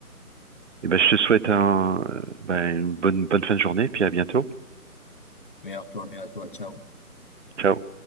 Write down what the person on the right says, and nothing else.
Et ben, je te souhaite un, euh, ben, une bonne, bonne fin de journée, puis à bientôt.
Ciao.